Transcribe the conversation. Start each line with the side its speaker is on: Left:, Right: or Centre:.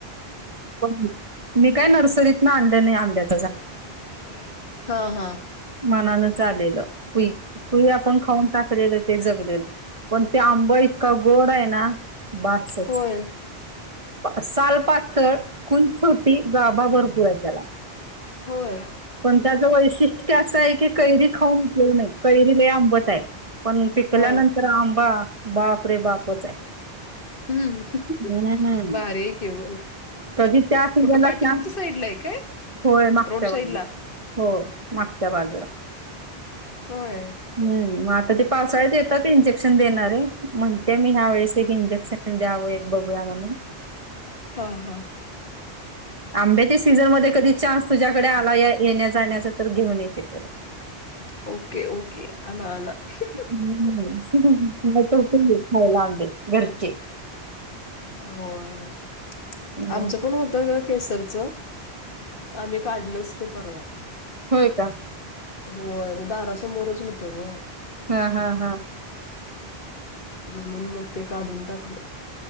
Right: <unintelligible> मी काय नर्सरीतनं आणलं नाही आंब्यात
Left: <unintelligible> हां हां.
Right: मनानच आलेलं, कुई, कुई आपण खाऊन टाकलेलं ते जगलेलं. पण ते आंबा इतका गोड आहे ना बास. सहज
Left: होय
Right: साल पातळ कुंकून की गाभा भरपूर आहे त्याला,
Left: होय
Right: पण त्याचं वैशिष्ट्य ते असं आहे की कैरी खाऊन घेऊ नये, कैरी लै आंबट आहे. पण पिकल्यानंतर
Left: हा
Right: आंबा बापरे बापच आहे.
Left: हंम हं हं हं
Right: हम्म.
Left: भारी आहे की मग.
Right: कधी त्या सिझनला
Left: कुठं पाठीमागच्या
Right: छान.
Left: साईडला आहे काय
Right: होय मागच्या
Left: रोड साईड
Right: बाजूला.
Left: ला
Right: हो मागच्या बाजूला.
Left: होय
Right: हंमम, मग आता ते पावसाळ्यात येतात ते इंजेक्शन देणारे, म्हणते मी ह्या वेळेस एक इंजेक्शन द्याव एक, बघूया म्हणून
Left: हां हां
Right: आंब्याच्या सीझनमध्ये कधी चान्स तुझ्याकडे आला ये येण्या जाण्याचा तर घेऊन येते तुला.
Left: ओके ओके आना आना अंहं.
Right: <unintelligible> <unintelligible> खायला आंबे घरचे.
Left: होय,
Right: हम्म
Left: आमचं पण होतं घर. केसरच, आम्ही काढलच ते परवा.
Right: होय कां.
Left: होय, ते दारासमोरच होतं ग.
Right: हां हां हां
Left: म्हणून मग ते काढून टाकलं.